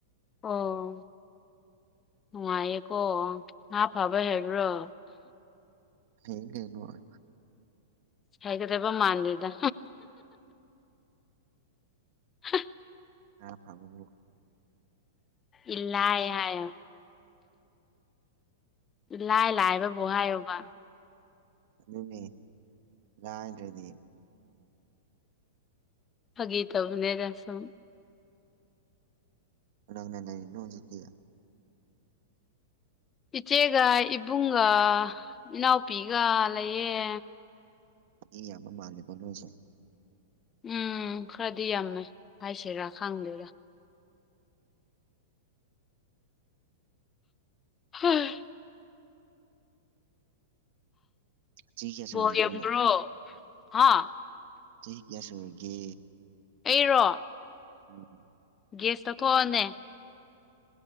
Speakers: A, on the left; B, on the right.
A: ꯑꯣ꯫ ꯅꯨꯡꯉꯥꯏꯌꯦꯀꯣ ꯉꯥ ꯐꯕ ꯍꯩꯕꯔꯣ꯫
B: ꯍꯌꯦꯡꯀꯤꯅꫭ
A: ꯍꯦꯒꯗ꯭ꯔꯦꯕ ꯃꯥꯥꯟꯗ ꯍ
B: ꯑ ꯐꯝꯕꯨ
A: ꯏꯂꯥꯏ ꯍꯥꯏꯑꫭ ꯂꯥꯏ ꯂꯥꯛꯕ ꯕꯍꯥꯏꯑꫭꯕ
B: ꯑꯗꯨꯅꯦ ꯂꯗꯤ
A: ꯐꯥꯒꯤ ꯇꯧꯕꯅꯦꯗ ꯁꯝ
B: ꯎꯅ ꯂꯩꯅꯣꯖꯤꯛꯇꯌꯥ
A: ꯏꯆꯦꯒ ꯏꯕꯨꯡꯒ ꯏꯅꯥꯎꯄꯤꯒ ꯂꯩꯌꯦ
B: ꯏ ꯌꯥꯕ ꯃꯥꯅꯤ ꯄꯅꯁ
A: ꯎꯝ ꯈꯔꯗꯤ ꯌꯥꯝꯃꯦ ꯍꯥꯏꯁꯤꯔꯥ ꯈꯥꯡꯗꯦꯗ ꯍꯝ
B: ꯆꯍꯤ ꯀꯌꯥ
A: ꯕ꯭ꯔꯣ
B: ꯁꯨꯔꯒꯦ ꯅꯪꯕꯣ
A: ꯍꯥ
B: ꯆꯍꯤ ꯀꯌꯥ ꯁꯨꫪꯒꯦ
A: ꯑꯩꯔꯣ꯫
B: ꯎꯝ
A: ꯒꯦꯁ ꯇꯧꯊꯑꯅꯦ <inaudible>